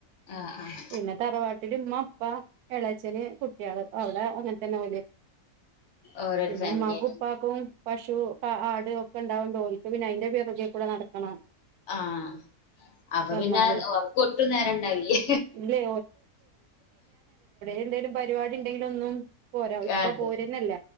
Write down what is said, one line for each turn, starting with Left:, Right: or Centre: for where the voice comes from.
Left: ആഹ് ആഹ്
Right: പിന്നെ തറവാട്ടില് ഉമ്മ ഇപ്പ എളാച്ചന് കുട്ടികള് അവിടെ അങ്ങനെ തന്നെ പോല
Left: ഓരോരു
Right: പിന്നെ
Left: ഫാമിലി
Right: അമ്മക്ക്
Left: ആയിട്ട്
Right: ഉപ്പക്കും പശു ആട് ഒക്കെ ഉണ്ടാവുണ്ട്. ഓര്ക്ക് പിന്നെ അതിന്റെ പിറകേകൂടെ നടക്കണം.
Left: ആഹ അപ്പൊ
Right: ചെന്നാല്
Left: പിന്നെ അവർക്കൊട്ടും നേരണ്ടാവില്യ
Right: ഇല്ലേ എന്തെലു പരിപാടി ഉണ്ടെങ്കിലൊന്നും പോരാ. ഇപ്പ
Left: അതെ
Right: പോരുന്നില്ല.